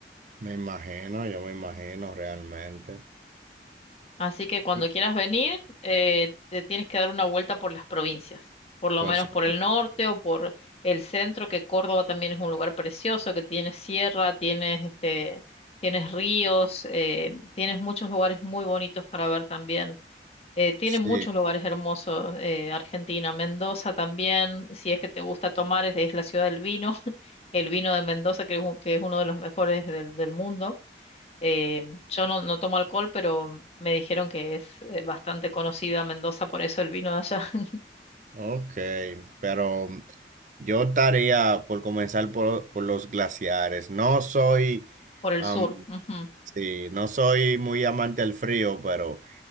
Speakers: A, on the right; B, on the left.
A: Me imagino, yo me imagino realmente.
B: Así que cuando
A: Sí.
B: quieras venir, eh, te tienes que dar una vuelta por las provincias, por lo
A: Por
B: menos
A: supuesto.
B: por el norte o por el centro, que Córdoba también es un lugar precioso, que tienes sierra, tienes este, tienes ríos, eh, tienes muchos lugares muy bonitos para ver también Eh, tiene
A: Sí.
B: muchos lugares hermosos, eh, Argentina, Mendoza también, si es que te gusta tomar, es, es la ciudad del vino, <laughs> el vino de Mendoza, que es, un- que es uno de los mejores del, del mundo. Eh, yo no, no tomo alcohol, pero me dijeron que es eh, bastante conocida Mendoza, por eso el vino de allá, <laughs>
A: Ok, pero yo estaría por comenzar por, por los glaciares. No soy,
B: por el
A: am,
B: sur. Ujú.
A: sí, no soy muy amante del frío, pero